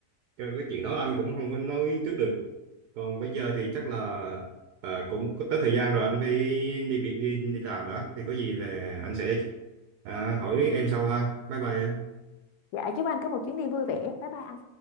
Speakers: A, on the right (about 85°); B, on the left (about 85°).
A: Cho cái chuyện đó là anh cũng không có nói trước được. Còn bây giờ thì chắc là à, cũng có tới thời gian rồi anh phải đi việc đi, đi làm đó. Thì có gì là anh sẽ à, hỏi em sau ha. Bye bye em.
B: dạ chúc anh có một chuyến đi vui vẻ bye bye anh